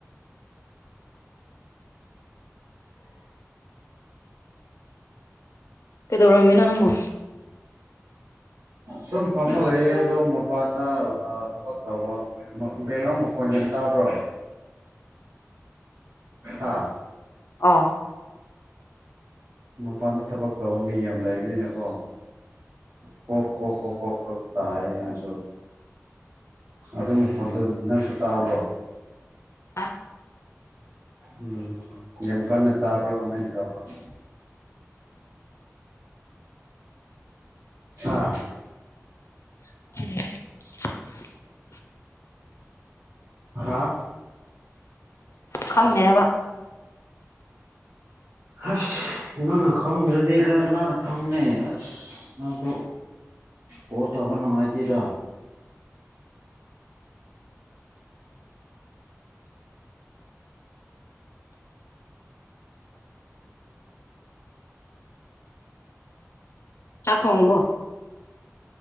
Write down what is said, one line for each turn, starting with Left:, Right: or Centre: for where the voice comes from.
Left: ꯀꯗꯧꯔ ꯃꯤꯅꯣ ꯅꯕꯣ
Right: ꯁꯨꯝ ꯐꯃ ꯂꯩꯌꯦ ꯑꯗꯨ ꯃꯄꯥꯟꯗ ꯊꯕꯛ ꯇꯧꯕ ꯕꯦꯛꯒ꯭ꯔꯥꯎꯟ ꯃꯈꯣꯟ ꯌꯦꯟ ꯇꯥꯕ꯭ꯔꯣ ꯍꯥꯥ
Left: ꯑ
Right: ꯃꯄꯥꯟꯗ ꯊꯕꯛ ꯇꯧꯕ ꯃꯤ ꯌꯥꯝ ꯂꯩꯕꯅꯤꯅꯀꯣ ꯀꯣꯣꯣ ꯀꯣ ꯀ꯭ꯔꯣ ꯇ ꯍꯥꯏꯅꯦꯁꯨ ꯑꯗꯨ ꯐꯣꯟꯗꯨ ꯅꯪꯁꯨ ꯇꯥꯕꯣ
Left: ꯑ
Right: ꯎꯝ ꯌꯥꯝꯦꯝ ꯀ ꯇꯥꯕꯔꯣ ꯀꯃꯥꯏ ꯆꯕꯔ <inaudible> ꯑꯥ
Left: ꯑ
Right: ꯍꯥꯥ
Left: ꯈꯪꯗꯦꯕ
Right: ꯑꯁ ꯅꯪꯅ ꯈꯪꯗ꯭ꯔꯗꯤ ꯀꯅꯥ ꯀꯅꯥꯅ ꯈꯪꯅꯤ ꯑꯁ ꯅꯪꯁꯨ ꯀꯣꯜ ꯇꯧꯕ ꯅꯨꯡꯉꯥꯏꯇꯦꯗ
Left: ꯆꯈꯕꯣ